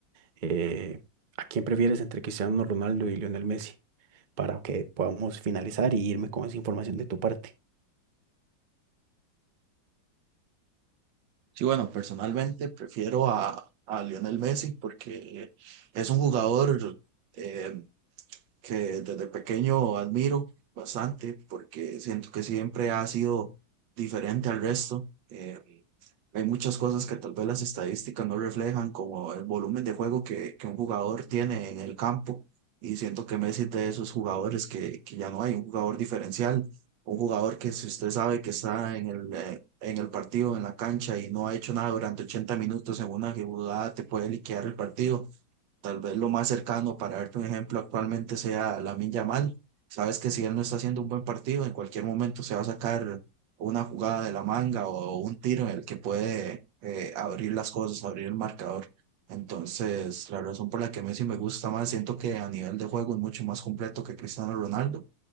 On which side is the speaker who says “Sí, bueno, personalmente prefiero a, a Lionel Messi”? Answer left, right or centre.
Right